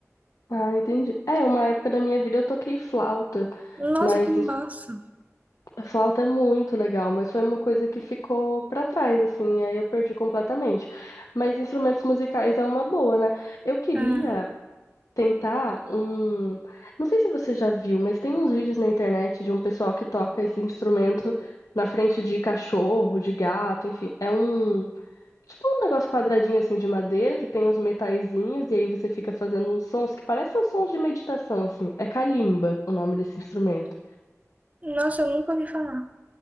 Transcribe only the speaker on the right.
Nossa,
que massa!
É,
nossa, eu nunca ouvi falar.